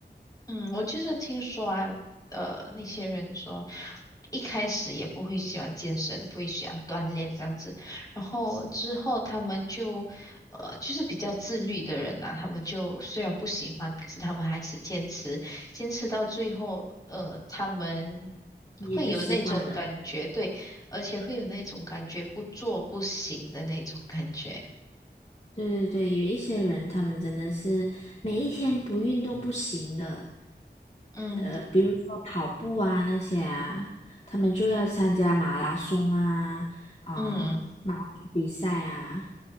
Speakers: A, on the left; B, on the left.
A: 嗯，我就是听说啊，呃，那些人说一开始也不会喜欢健身，不会喜欢锻炼这样子，然后之后他们就，呃，就是比较自律的人啊，他们就虽然不喜欢，可是他们还是坚持，坚持到最后，呃，他们
B: 也就习惯了。
A: 会有那种感觉，对，而且会有那种感觉不做不行的那种感觉。
B: 对对对，有一些人他们真的是每一天不运动不行的，
A: <laughs> 嗯
B: 呃，比如说跑步啊那些啊，他们就要参加马拉松啊，啊、
A: 嗯，
B: 马拉松比赛啊，